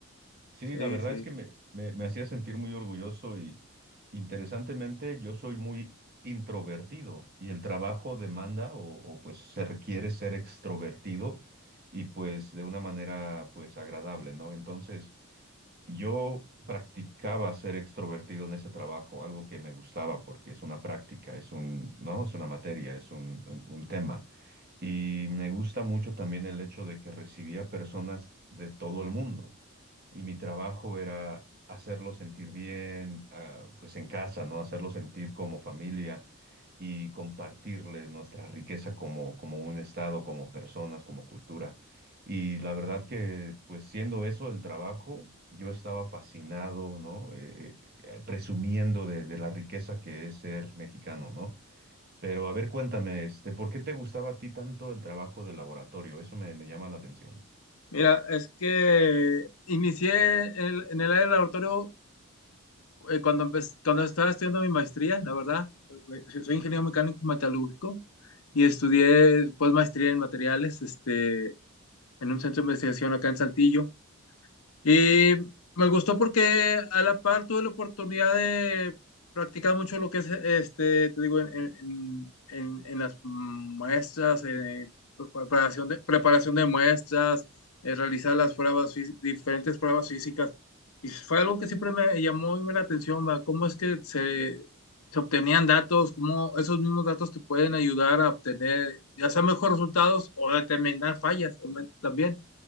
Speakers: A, on the right; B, on the left.
A: Sí,
B: Sí,
A: la verdad
B: sí.
A: es que me, me- me hacía sentir muy orgulloso y interesantemente yo soy muy introvertido y el trabajo demanda o, o, pues se requiere ser extrovertido y pues de una manera pues agradable, ¿no? Entonces yo practicaba ser extrovertido en ese trabajo, algo que me gustaba porque es una práctica, es un, ¿no? Es una materia, es un, un un tema. Y me gusta mucho también el hecho de que recibía personas de todo el mundo y mi trabajo era hacerlo sentir bien, ah, pues en casa, ¿no? Hacerlo sentir como familia y compartirles nuestra riqueza como, como un estado, como personas, como cultura. Y la verdad que, pues siendo eso el trabajo, yo estaba fascinado, ¿no? Eh, eh, presumiendo de, de la riqueza que es ser mexicano, ¿no? Pero a ver, cuéntame, este, ¿por qué te gustaba a ti tanto el trabajo de laboratorio? Eso me, me llama la atención.
B: Mira, es que inicié el- en el área del laboratorio eh, cuando, empe- cuando estaba estudiando mi maestría, la verdad. Eh, Soy ingeniero mecánico metalúrgico y estudié pues maestría en materiales, este en un centro de investigación acá en Saltillo. Y me gustó porque a la par tuve la oportunidad de practicar mucho lo que es, este, te digo, en, en- en- en- en las muestras, eh, preparación de, preparación de muestras, eh, realizar las pruebas, fí- diferentes pruebas físicas. Y fue algo que siempre me llamó muy la atención, va, ¿Cómo es que se, se obtenían datos? ¿Cómo esos mismos datos te pueden ayudar a obtener ya sea mejores resultados o determinar fallas también?